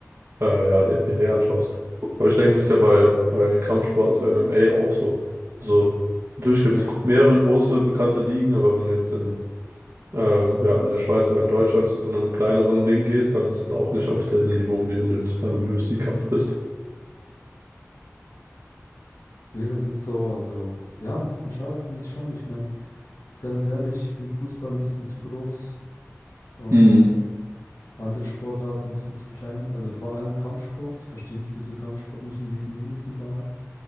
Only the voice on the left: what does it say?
Ja.
Nee, das ist so. Also, ja, ein bisschen schade finde ich schon. Ich meine, ganz ehrlich, ich finde Fußball ein bisschen zu groß und
andere Sportarten ein bisschen zu klein. Also vor allem Kampfsport. Ich verstehe nicht, wieso Kampfsport nicht ein Riesending ist überall.